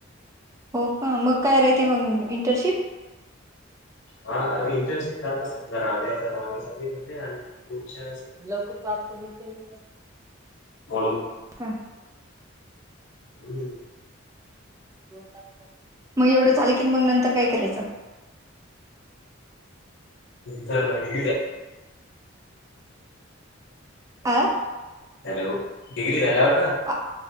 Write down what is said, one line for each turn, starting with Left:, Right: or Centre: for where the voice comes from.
Right: हो का मग काय राहते मग इंटर्नशिप
Left: हा इंरेस्ट समजा सांगित होच्या
Right: लवकर हो
Left: म्हणून
Right: का
Left: हम्म
Right: मग एवढं झालं की मग नंतर काय करायचं
Left: झा झाली
Right: अह
Left: हॅलो डिग्री झालावर का
Right: आ,